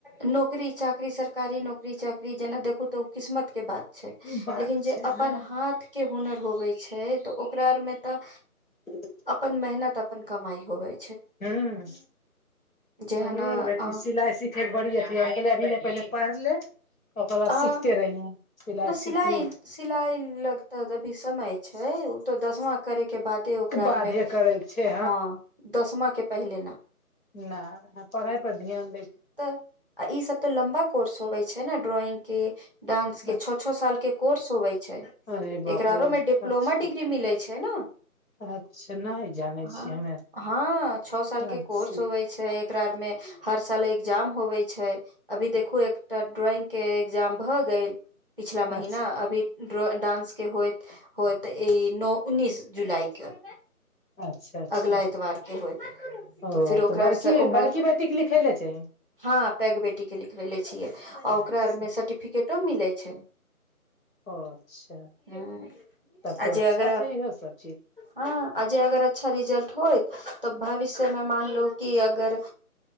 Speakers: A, on the right (about 35°); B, on the left (about 60°).
A: नौकरी चाकरी सरकारी नौकरी चाकरी जेना देखू तऽ ओ किस्मत के बात
B: बात
A: लेकिन जे
B: छै
A: अपन
B: हँ
A: हाथ के हुनर होबै छै तऽ ओकरा आरमे तऽ
B: ह <inaudible>
A: अपन मेहनत अपन कमाइ होबे
B: हूँ
A: जेहन
B: हमरो
A: अ
B: और बेटी सिलाइ सिख फेर बड़ी अथि हम कहले अभी ने पहिल पढ़ि ले ओकर बाद
A: अआ
B: सिखते रहिहे
A: नहि सिलाइ
B: सिख ली
A: सिलाइ लग तऽ अभी समय छै तो दसमा करे के बादे ओकरा
B: बाधे
A: आर मे
B: करैके छै
A: हँ दसमा के पहिले न
B: नहि पढ़ाइ पर ध्यान दै
A: तब आ ई सब तऽ लम्बा कोर्स होबे छै ने ड्रॉइंग के डांस के
B: अच्छा
A: छौ छौ साल के कोर्स होवै छै
B: अरे बाप
A: एकरा
B: रे
A: आरो मे डिप्लोमा
B: अच्छा
A: डिग्री मिलै छै ने
B: अच्छा नहि जानै
A: हँ
B: छियै हमे
A: हँ छौ साल के
B: अच्छा
A: कोर्स होवै छै एकरा आर मे हर साल एग्जाम होवे छै अभी देखू एकटा ड्रॉइंग के एग्जाम भऽ गेल पिछला महीना
B: अच्छा
A: अभी डांस के होइत होइत ई नओ उन्नीस जुलाई के
B: अच्छा अच्छा
A: अगला एतवार के होयत
B: ओ
A: तऽ फेर ओकरा
B: बड़की
A: आरसे ओकरा
B: बड़की बेटीके लिखै लए चाही
A: हँ पैघ बेटीके लिखबेेले छियै आ ओकरा
B: अच्छा
A: आरमे सर्टिफिकेटो मिलै छै
B: ओ अच्छा
A: हूम्म
B: तब तो
A: आ जे
B: अच्छा
A: अगर
B: छै इहो सब
A: हँ आ जे अगर अच्छा रिजल्ट होइत तऽ भविष्य मे मानलियौ कि अगर